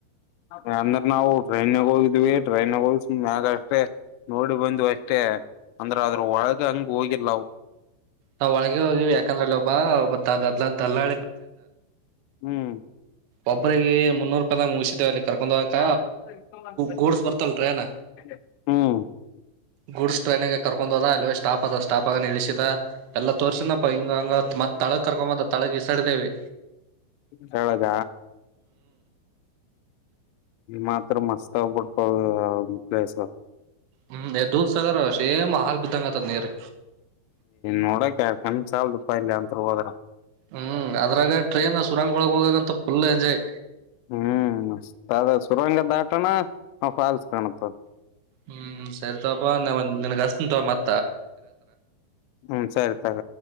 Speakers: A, on the left; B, on the right.
A: ಯ ಅಂದ್ರ ನಾವು ಟ್ರೈನ್ಗ ಹೋಗಿದ್ವಿ ಟ್ರೈನ್ಗ ಹೋಗಸ ಮ್ಯಾಗ ಅಷ್ಟೇ ನೋಡಿ ಬಂದ್ ಅಷ್ಟೇ ಅಂದ್ರ ಅದ್ರ ಒಳಗ ಹಂಗ ಹೋಗಿಲ್ಲ ಅವು
B: ನಾವವು ಒಳಗೆ ಹೋಗಿವವಿ ಯಾಕಂದ್ರ ಅಲ್ಲಿ ಒಬ್ಬ ಒಬ್ ದದಲ ದಲ್ಲಾ
A: ಹ್ಮ್
B: ಒಬ್ಬರಿಗೆ ಮುನ್ನೂರುೂಪಿಗ ಮುಗಿದೇವೆ ಅಲ್ಲಿ ಕ ಒಂದ್ಕ
A: ಯಾವ್ದು ಇಸ್ಕೊಂಬಂದ ಬನ್ನಿ
B: ಗೂಡ್ಸ್ ಬರ್ತಲ್ರಏನ
A: ಹಂಗೆ ಹ್ಮ್
B: ಗುಡ್ಸ್ ಟ್ರೈನಿಗೆ ಕರ್ಕೊಂಡ್ದ ಅಲ್ಲೇ ಸ್ಟಾಪ್ ಅದ ಸ್ಟಾಪ್ ಆಗಿ ನಿಲ್ಲಸಿದ ಎಲ್ಲಾ ತೋರ್ಸನಪ್ಪ ಹಿಂಗ ಹಂಗ ಮತ್ ತಾಗ್ ಕರ್ಕೊಂಬಂದ ತಳಗ ಇಸಾಡ್ದೇವಿ
A: ಕೆಳಗ ಮಾತ್ರ ಮಸ್ತಬಡ್ ಪ ಕ್ಲಸ
B: ಹ್ಮ್ ದೂದ್ ಸಾಗರ್ ಸೇಮ್ ಹಾಲ್ ಬಿದ್ದಂಗ ಆತದ ನೀರ್
A: ನೋಡಕ ನಂದ್ ಸಾಲ ದುಪ್ಪಾಯ ಇಲ್ಲ ಅಂತ ಹೋದ್ರ
B: ಹ್ಮ್ ಅದ್ರಾಗ ಟ್ರೈನ್ ಸುರಂಗೊಳಕ್ ಹೋಗಾಗಂತ ಫುಲ್ ಎಂಜಾಯ್
A: ಹ್ಮ್ ಮ ಅದ ಸುರಂಗ ದಾಟಣ ಫಾಲ್ಸ್ ಕಾಣತ
B: ಹ್ಮ್ ಸರಿ ತಾಪ ನ ನಿನಗೆ ಅಸ್ಂತ ಮತ್ತೆ
A: ಹ್ಮ ಸರಿ ತಾಗ